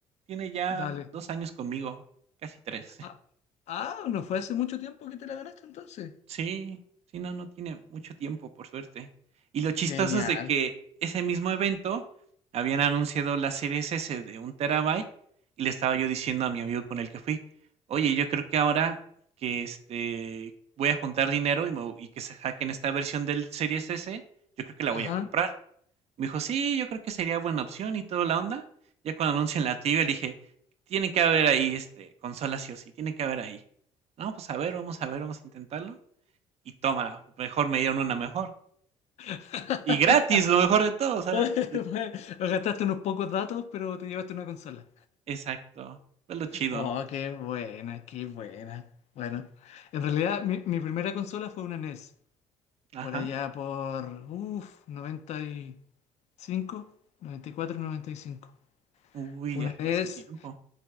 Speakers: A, on the right; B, on the left.
A: Tiene ya
B: Dale.
A: dos años conmigo, casi tres.
B: Ah, ah, no fue hace mucho tiempo que te la ganaste entonces.
A: Sí, sí, no, no tiene mucho tiempo, por suerte. Y lo chistoso
B: Genial.
A: es de que ese mismo evento habían anunciado la serie S de un terabyte y le estaba yo diciendo a mi amigo con el que fui, oye, yo creo que ahora que este voy a juntar dinero y, me- y que se hackeen esta versión del Series S, yo creo que la
B: Ajá.
A: voy a comprar. Me dijo, sí, yo creo que sería buena opción y toda la onda. Ya cuando anuncian la tibia, le dije, tiene que haber ahí este consola sí o sí, tiene que haber ahí. No, pues a ver, vamos a ver, vamos a intentarlo y tómala, mejor me dieron una mejor.
B: <laughs>
A: Y gratis, lo mejor de todo, o sea,
B: Bueno, Gastaste unos pocos datos, pero te llevaste una consola.
A: exacto, fue lo chido.
B: Oh, qué buena, qué buena. Bueno, En realidad, mi, mi primera consola fue una NES.
A: Ajá.
B: Por allá por, uff, noventa noventa y y cinco, noventa y cuatro, noventa y cinco.
A: Uy,
B: Fue
A: ya
B: una NES,
A: fue hace tiempo.